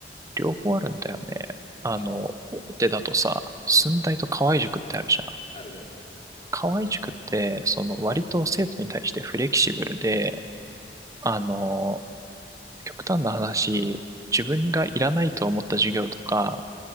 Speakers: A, on the right; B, on the left.
A: 両方あるんだよね。あの、
B: ああー、
A: 大手だとさ、駿台と河合塾ってあるじゃん。
B: うん、あるね。
A: 河合塾って、その割と生徒に対してフレキシブルで、あの、極端な話、自分がいらないと思った授業とか、